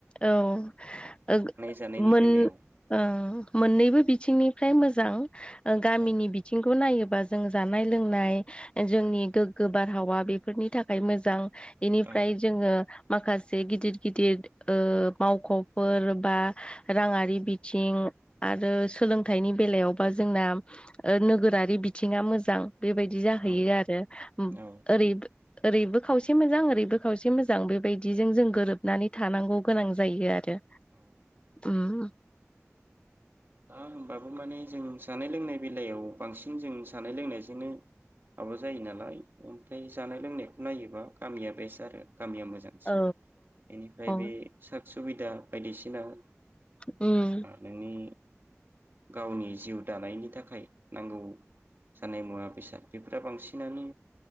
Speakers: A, on the left; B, on the right.
A: औ ओ
B: जानायनि
A: मोन
B: बेलायाव
A: ओं मोननैबो बिथिंनिफ्राय मोजां। ओ गामिनि
B: औ
A: बिथिंखौ नायोबा जों जान नाय लोंनाय जोंनि गोग्गो बारहावा बेफोरनि थाखाय मोजां। एनिफ्राय
B: औ
A: जोङो माखासे गिदिर गिदिर ओ मावख'फोर बा राङारि बिथिं आरो सोलोंथाइनि बेलायावबा जोंना ओ नोगोरारि बिथिङा मोजां। बेबायदि जाहैयो
B: औ
A: आरो उम
B: औ
A: ओरैबो ओरैबो खावसे मोजां ओरैबो खावसे मोजां बेबाय दिजों जों गोरोबनानै थानांगौ गोनां जायो आरो
B: औ
A: उम
B: दा होनबाबो माने जों जानाय-लोंनाय बेलायाव बांसिन जों जानाय लोंनायजोंनो माबा जायो नालाय ओमफ्राय जानाय लोंनायखौ नायोबा गामिया बेस्ट आरो गामिया मोजांसिन
A: औ
B: बेनिफ्राय
A: औ
B: बे सो सुबिदा बायदिसिना ओ
A: उम
B: नोंनि गावनि जिउ दानायनि थाखाय नांगौ जानाय मुवा बेसाद बेफोरा बांसिनानो